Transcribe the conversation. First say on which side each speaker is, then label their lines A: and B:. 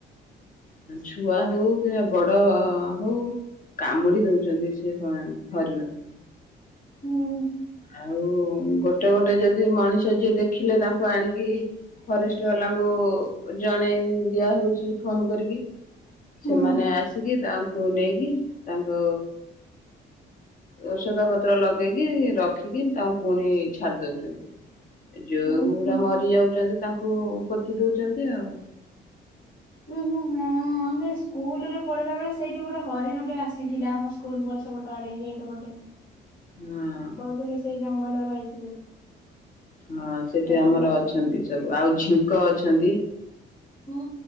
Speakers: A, on the left; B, on the left.
A: ଛୁଆ ହଉ କିମ୍ବା ବଡ ହଉ କାମୁଡି ଦଉଛନ୍ତି ସେ ହ ହରିଣକୁ
B: ହୁଁ
A: ଆଉ ଗୋଟେ ଗୋଟେ ଯଦି ମଣିଷ ଯିଏ ଦେଖିଲେ ତାଙ୍କୁ ଆଣିକି ଫରେଷ୍ଟ ବାଲାଙ୍କୁ ଜଣେଇ ଦିଆ ହଉଛି ଫୋନ କରିକି
B: ହୁଁ
A: ସେମାନେ ଆସିକି ତାଙ୍କୁ ନେଇକି ତାଙ୍କୁ ଔଷଧ ପତ୍ର ଲଗେଇକି ରଖ ରଖିକି ତାଙ୍କୁ ପୁଣି ଛାଡ଼ି ଦଉଛନ୍ତି। ଯୋଉଗୁଡା
B: ହୁଁ।
A: ମରି ଯାଉଛନ୍ତି ତାଙ୍କୁ କି ଦଉଛନ୍ତି ଆଉ
B: ଉ ହୁଁ ହୁଁ ଆମେ ସ୍କୁଲ ରେ ପଢିଲା ବେଳେ ସେଇଠି ଗୋଟେ ହରେଣଟେ ଆସିଥିଲା ଆମ ସ୍କୁଲ ପଛ ପଟ ଆଡେ ଗେଟ ଗଟେ
A: ହଁ
B: କହୁଥିଲେି ସେଇ ଜ ମନ ରହିଛି।
A: ହଁ ସେଠି ଆମର
B: ଛୁଆଟେ।
A: ଅଛନ୍ତି ସବୁ ଆଉ ଝିଙ୍କ ଅ ଅଛନ୍ତି।
B: ହୁଁ।